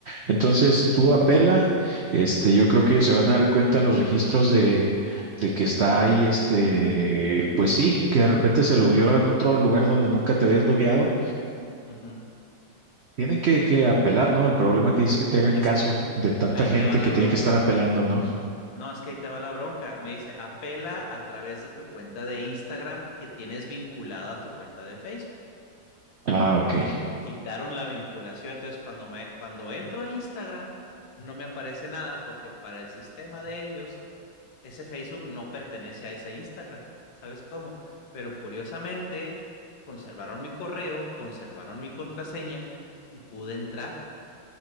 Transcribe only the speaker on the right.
Entonces, tú apela, este, yo creo que ellos se van a dar cuenta en los registros de, de que está ahí, este, pues sí, que de repente se lo vio en otro lugar donde nunca te habías logueado.
Tienen que, que apelar, ¿no? El problema que es que te hagan
caso
de tanta
gente
que
tiene que estar apelando, ¿no?
Ah, ok.